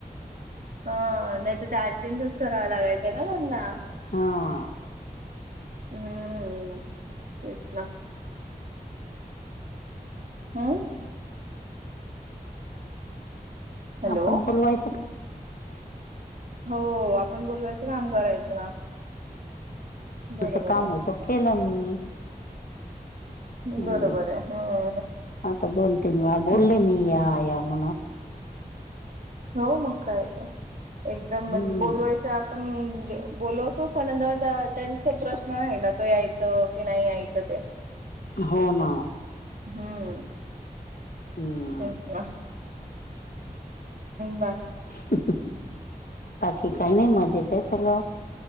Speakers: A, on the right; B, on the left.
A: हं, नाही तर ते आजींच कराव, लागायचं ना त्यांना.
B: हं....
A: हम्म तेच ना, हम्म. हॅलो
B: आपण बोलवायचं
A: हो आपण बोलवायचं काम करायचं ना. बरोबर
B: तेच काम
A: आहे
B: होतं केलं मी हम्म,
A: बरोबर आहे हम्म
B: आता दोन तीन वेळा बोले
A: हम्म
B: मी या या. <unintelligible>
A: हो मग कयचं एकदम म्हण
B: हम्म
A: बोलवायचं आपण म्हणजे बोलवतो पणंदाज त्यांचा प्रश्न राहिला तो यायचं की नाही यायचं ते
B: हो ना हो.
A: हम्म.
B: हम्म
A: ते वा बा.
B: बाकी काही नाही मज येत आहे सगळं.